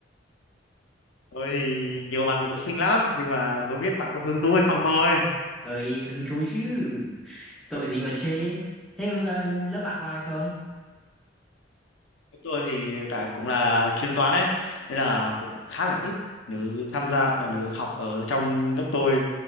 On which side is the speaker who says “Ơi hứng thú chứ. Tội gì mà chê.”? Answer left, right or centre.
Centre